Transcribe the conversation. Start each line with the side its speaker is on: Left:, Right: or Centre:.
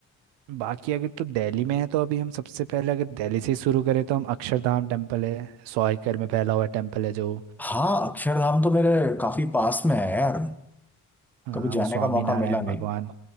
Right: बाकी अगर तो दिल्ली में है तो अभी हम सबसे पहले अगर दिल्ली से ही शुरू करें तो हम अक्षरधाम टेम्पल है सौ एकड़ में फैला हुआ टेम्पल है जो
Centre: हाँ अक्षरधाम तो मेरे काफी पास में है यार
Right: हाँ
Centre: कभी जाने
Right: वो स्वामी
Centre: का मौका
Right: नारायण
Centre: मिला नहीं
Right: भगवान